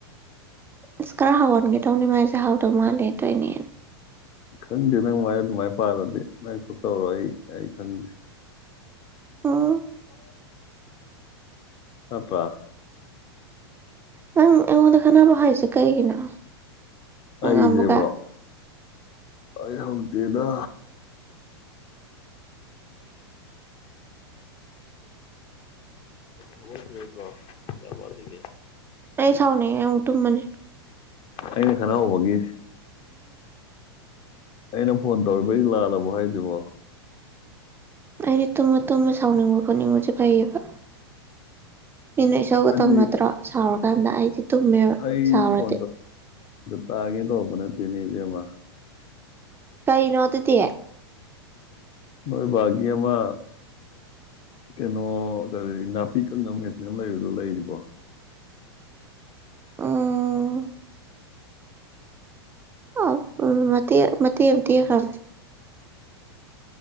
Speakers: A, on the right; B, on the left.
A: ꯑꯁ ꯈꯔ ꯍꯥꯎꯍꯟꯒꯦ ꯇꯧꯅꯤ ꯃꯥꯏꯁꯦ ꯍꯥꯎꯗꯧ ꯃꯥꯜꯂꯦ ꯇꯣꯏꯅꯦꯅ
B: <unintelligible> ꯀꯪꯗꯤꯅ ꯃꯣꯏ ꯃꯥꯏ ꯄꯥꯔꯗꯤ ꯅꯪ ꯊꯣꯛꯇꯧꯔ ꯑꯩ ꯑꯩ ꯈꯪꯗꯦ
A: ꯑꯥ
B: ꯑ ꯑꯄ
A: ꯅꯪ ꯑꯩꯉꯣꯟꯗ ꯈꯅꯕ ꯍꯥꯏꯔꯤꯁꯦ ꯀꯩꯒꯤꯅꯣ ꯃꯉꯥ
B: ꯑꯩꯁꯦꯕꯣ
A: ꯃꯨꯀ
B: ꯑꯩ ꯍꯧꯛꯇꯦꯅ ꯍꯧꯄꯤꯔꯦꯀꯣ ꯀꯌꯥ ꯋꯥꯂꯤꯒꯦ
A: ꯑꯩ ꯁꯥꯎꯅꯦ ꯑꯨ ꯇꯨꯝꯕꯅꯦ
B: ꯑꯩꯅ ꯈꯔ ꯍꯧꯕꯒꯤ ꯑꯩꯅ ꯐꯣꯟ ꯇꯧꯔꯤꯕꯩ ꯂꯥꯜꯂꯕꯣ ꯍꯥꯏꯗ꯭ꯔꯤꯕꯣ
A: ꯑꯩꯗꯤ ꯇꯨꯝꯃ ꯇꯨꯝꯃ ꯁꯥꯎꯅꯤꯡꯕ ꯈꯣꯠꯅꯤꯡꯕꯁꯦ ꯐꯩꯌꯦꯕ ꯃꯤꯅ ꯏꯁꯧꯒ
B: ꯑꯩꯗꯤ
A: ꯇꯝꯅꯗ꯭ꯔꯥ ꯁꯥꯎꯔꯛ ꯀꯥꯟꯗ ꯑꯩꯗꯤ ꯇꯨꯝꯃꯦꯕ
B: ꯑꯩ
A: ꯁꯥꯎꯔꯗꯤ
B: ꯐ ꯇꯒꯦ ꯇꯧ ꯃꯅꯦ ꯇꯅꯤꯕꯃ
A: ꯀꯔꯤꯅꯣꯗꯇꯌꯥ
B: ꯅꯣꯏ ꯕꯥꯒꯤ ꯑꯃ ꯀꯩꯅꯣ ꯀꯔꯤ ꯅꯥꯄꯤ ꯀꯛꯅ ꯃꯦꯟꯁꯤꯅ ꯂꯩꯕꯗꯣ ꯂꯩꯔꯤꯕꯣ
A: ꯑꯥ ꯑ ꯎ ꯃ ꯃ ꯇꯤꯌꯦ ꯈ